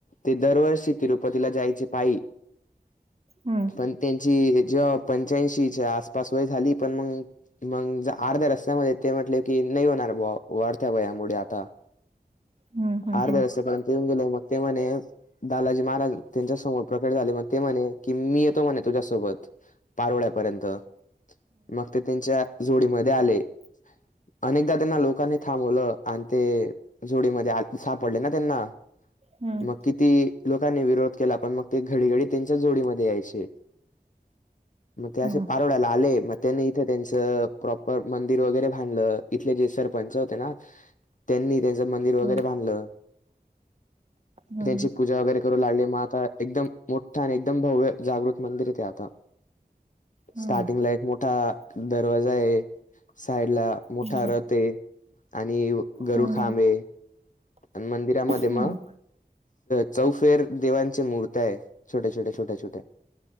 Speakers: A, on the left (about 50°); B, on the right (about 40°).
A: ते दरवर्षी- तिरुपतीला जायचे पायी.
B: हम्म
A: पण त्यांची जे- पंच्याऐंशीच्या आसपास वय झाली. पण मग-मग अर्ध्या रस्त्यामध्ये ते म्हटले - की नाही होणार. बुवा वाढत्या वयामुळे आता.
B: हम्म हम्म
A: अर्ध्या रस्त्यापर्यंत येऊन गेले. मग ते म्हणे- बालाजी महाराज त्यांच्या समोर प्रकट झाले. मग ते म्हणे की मी येतो म्हणे तुझ्यासोबत. पारोळ्यापर्यंत. मग ते त्यांच्या झोळीमध्ये आले. अनेकदा त्यांना लोकांनी थांबवलं आणि ते झोळीमध्ये आले. सापडले ना त्यांना?
B: हम्म
A: मग किती लोकांनी विरोध केला. पण मग ते घडीघडी त्यांच्याच झोळीमध्ये यायचे. मग ते असे
B: हम्म
A: पारोळ्याला आले. मग - त्यांनी इथे त्यांचं प्रॉपर मंदिर वगैरे बांधलं. इथले जे सरपंच होते ना? त्यांनी त्यांच मंदिर वगैरे
B: हम्म
A: बांधलं.
B: हम्म
A: त्यांची पूजा वगैरे- करू लागले म आता एकदम मोठ्ठ आणि एकदम भव्य जागृत मंदिर ए ते आता.
B: हम्म
A: स्टार्टिंगला
B: हम्म
A: एक मोठा दरवाजा आहे. साईड ला मोठा
B: हम्म
A: रथ आहे. आणि गरुड
B: हम्म
A: खांबे-
B: हम्म
A: आणि मंदिरामध्ये मग-
B: हम्म
A: चौफेर देवांच्या मुर्त्या आहे. छोट्या-छोट्या-छोट्या-छोट्या.